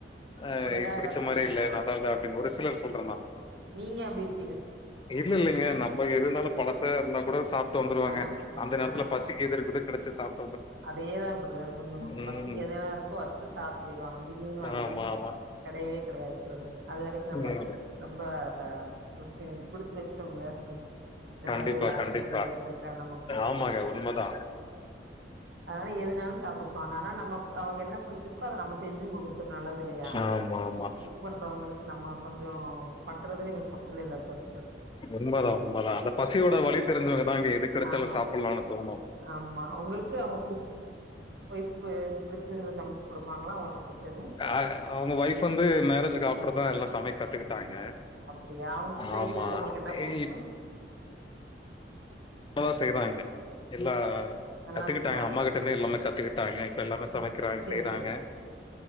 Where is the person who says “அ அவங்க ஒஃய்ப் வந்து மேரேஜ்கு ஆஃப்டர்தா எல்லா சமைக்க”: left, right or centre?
Left